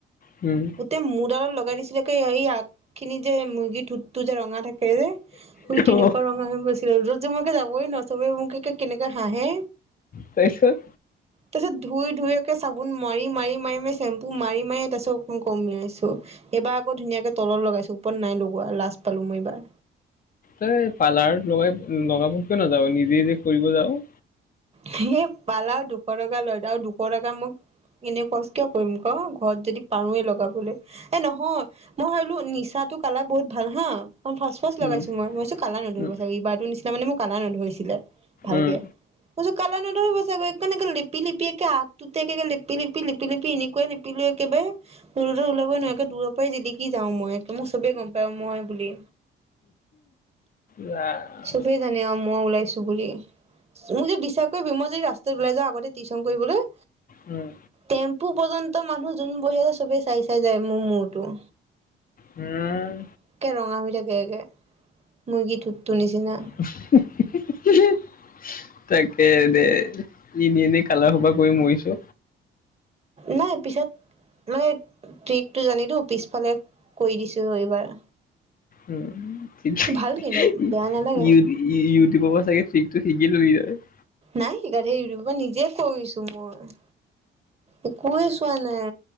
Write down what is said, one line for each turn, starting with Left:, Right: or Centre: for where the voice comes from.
Left: হুম।
Right: গোটেই মোৰ দালত লগাই দিছিলে কি এই য়াক খিনি যে মুৰ্গী ঢোতটো যে ৰঙা থাকে যে সুই তেনেকুৱা
Left: অ
Right: ৰঙা হৈ গৈছ- ৰ'দত মই একে যাবই নোৱাৰোঁ চবেই মোকে কে কে কেনেকে হাঁহে।
Left: তাইছত
Right: তাৰ পিছত ধুই ধুই একে চাবোন মাৰি মাৰি মাৰি মাৰি চেম্পু মাৰি মাৰি তাছত কমিয়াইছোঁ। এইবাৰ আকৌ ধুনীয়াকে তলত লগাইছো ওপৰত নাই লগোৱা লাজ পালো মই এইবাৰ।
Left: তই পাৰ্লাৰ লগাই লগাব কিয় নাযাওঁ নিজে যে কৰিব যাও।
Right: সেই পালাৰত দুশ টকা লয় আৰু দুশ টকা মোক এনে খৰজ কিয় কৰিম ক ঘৰত যদি পাৰোৱে লগাবলে। এ নহয় মই ভাবিলো নিচাটো কালাৰ বহুত ভাল হা। মই ফাৰ্ষ্ট ফাৰ্ষ্ট
Left: উম
Right: লগাইছো মই মইছো কালা নধৰিব
Left: উম
Right: চাগে ইবাৰটো নিচিনা মানে মোৰ কালা নধৰিছিলে ভালকে।
Left: উম
Right: মই কৈছো কালাৰ নধৰিব চাগে সেইকাৰণে লেপি লেপি একে আগটোতে একে লেপি লিপ লপি লিপি এনেকুৱাই লিপ দিলে একেবাই ওলাবই নোৱাৰোঁ একে দূৰ পৰাই জিলিকি যাও মই। মোক চবে গম পায় মই বুলি,
Left: ৰাম
Right: চ টোৱে জানে আৰু মই ওলাইছোঁ বুলি। মোক যে বিশ্বাস কৰিব মই যদি ৰাস্তাত ওলাই যাওঁ আগতে টিউশন কৰিবলৈ?
Left: উম।
Right: টেম্পু পৰ্যন্ত মানুহ যোন বহি আছে চবেই চাই চাই যায় মোৰ মূৰতো।
Left: উম।
Right: একে ৰঙা হৈ থাকে একে, মুৰ্গী ঠোঁটটোৰ নিচিনা?
Left: হুম হুম হু হু হু। তাকে দে এনে এনেই কালা খোবা কৰি মৰিছো।
Right: নাই পিছত মানে ট্ৰিকটো জানিলো পিছফালে কৰি দিছোঁ এইবাৰ।
Left: উ চি হী
Right: ভাল কিন্তু
Left: ইউৰি
Right: বেয়া নালাগে
Left: ই ইউটিউবৰ পৰা চাগে ঠিক শিকিলোবি তই?
Right: নাই শিকা সেই ইউটিউবৰপৰা নিজে কৰিছো মই। একোৱেই চোৱা নাই